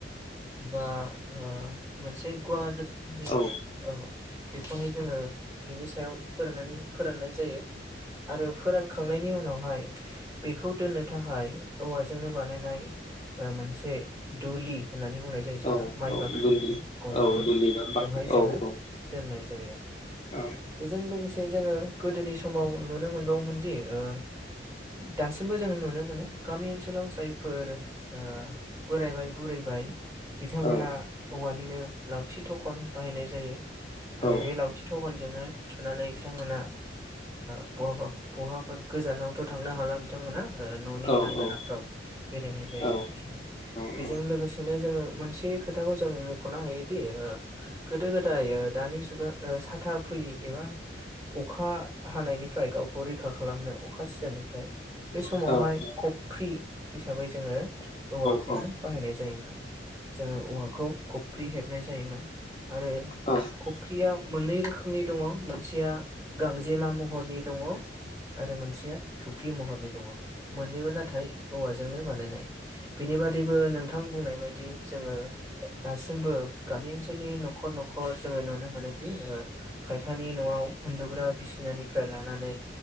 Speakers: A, on the right (about 15°); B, on the left (about 30°).
A: बा ओ मोनसे गुवाल रोखोमनि
B: औ
A: औ बेखौहाय जोङो बिनि सायाव फोराननानै फोराननाय जायो। आरो फोरानखांनायनि उनावहाय बेखौ दोननो थाखाय औवाजोंनो बानायनाय। मोनसे दुलि होननानै बुंनाय जायो जोङो
B: औ
A: माइ
B: औ
A: बाख्रि
B: दुलि
A: बायदि गल
B: औ
A: गल
B: दुलि बा बाख्रि
A: बेवहाय जोङो
B: औ औ
A: दोननाय जायो आरोखि
B: औ
A: बेजों लोगोसे जोङो गोदोनि समाव नुनो मोनबावोमोन दि ओ दासिमबो जों नुनो मोनो गामि ओनसोलाव जायफोर ओ बोरायबाय बुरैबाय बिथांमोना
B: औ
A: औवानिनो लावथि थखन बाहायनाय जायो। आरो
B: औ
A: बे लावथि थगनजोंनो थुनानै बिथांमोना ओ बहाबा बहाफोर गोजानावथ' थांनो हाला बिथांमोना ओ न'नि
B: औ
A: लांगोनाफ्राव
B: औ
A: बेरायनो। जायो
B: औ
A: आरोखि बेजों
B: औ
A: लोगोसेनो जोङो मोनसे खोथाखौ जों मख'नो हायोदि ओ गोदो गोदाय दानि जुगा ओ साथा फैयो एबा अखा हानायनिफ्राय गावखौ रैखा खालामनो अखा सिजानिफ्राय बे समावहाय
B: औ
A: कफ्रि हिसाबै जोङो औवाखौनो
B: औ
A: बाहायनाय जायोमोन। जोङो औवाखौ खफ्रि हेबनाय जायोमोन। आरो
B: औ
A: फुख्रिया मोननै रोखोमनि दङ मोनसेया गांजे मा महरनि दङ। आरो मोनसेया थुखि महरनि दङ मोननैबो नाथाय औवाजोंनो बानायनाय बेनि बेबादिबो नोंथां बुंनाय बायदि जोङो दासिमबो गामि ओनसोलनि न'खर न'खर जोङो नुनो मोनोदि ओ खायफानि न'आव उन्दुग्रा बिसिनानिफ्राय लानानै।